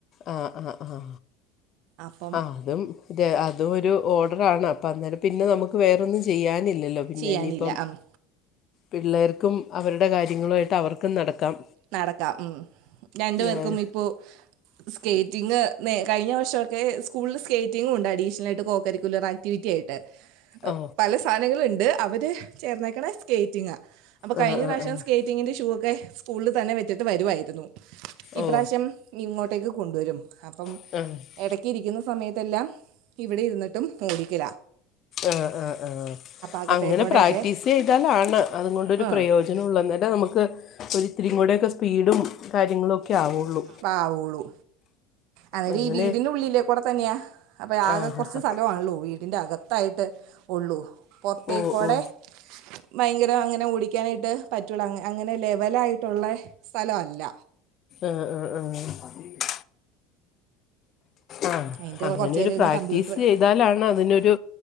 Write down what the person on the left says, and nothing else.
ആഹ് ആഹ് ആഹ്
ആഹ് അതും അതും ഒര് ഓഡാറാണ് അപ്പം അന്നേരം പിന്നെ നമ്മക്ക് വേറൊന്നും ചെയ്യാനില്ലാ അല്ലോ പിന്നെ
ഇനി ഇപ്പം പിള്ളേർക്കും അവരുടെ കാര്യങ്ങളുമായിട്ട് അവർക്കും നടക്കാം
ഞാൻ
ഓ
ആ
ആ
ആ
ഓ
<unintelligible>
ആഹ് ആഹ് ആഹ്
അങ്ങനെ പ്രാക്ടീസ് ചെയ്തലാണ് അതും കൊണ്ടര്
പ്രയോജ ഉള്ളാ നമ്മക്ക് ഒര് ഇത്തിരിയും കൂടെക്കെ സ്പീഡും കാര്യങ്ങളും ഒക്കെ ആവു ഒള്ളൂ
അങ്ങനെ
ആ ഹാ
ഹാ
ഓ ഓ
ആഹ് ആഹ് ആഹ് ആഹ് ആഹ്
അങ്ങനെ
ഒര്
പ്രാക്ടീസ്
ചെയ്താലാണ് അതിനൊരു